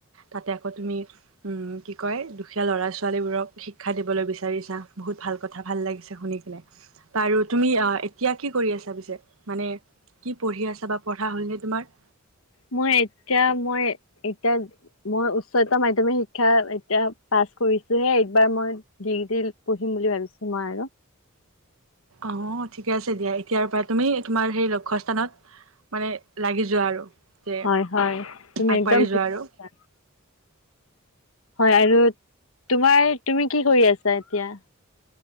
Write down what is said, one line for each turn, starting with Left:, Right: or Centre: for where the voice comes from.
Right: তাতে আকৌ তুমি উম কি কয় দুখীয়া ল'ৰা-ছোৱালী বোৰক শিক্ষা দিবলৈ বিচাৰিছা বহুত ভাল কথা ভাল লাগিছে শুনি কিনে। বাৰু তুমি অ এতিয়া কি কৰি আছা পিছে মানে কি পঢ়ি আছা বা পঢ়া হ'লনে তোমাৰ?
Left: মই এতিয়া মই এতিয়া মই উচ্চতৰ মাধ্যমিক শিক্ষা এতিয়া পাছ কৰিছোহে এইবাৰ মই ডিগ্ৰী পঢ়িম বুলি ভাবিছো মই আৰু।
Right: অহ ঠিকে আছে দিয়া এতিয়াৰ পৰা তুমি তোমাৰ সেই লক্ষ্যস্থানত মানে লাগি য- যোৱা আৰু যে
Left: হয় হয় তুমি
Right: আগবাঢ়ি
Left: একদম
Right: যোৱা
Left: ঠিক কৈছা।
Right: আৰু।
Left: হয় আৰু তোমাৰ তুমি কি কৰি আছা এতিয়া?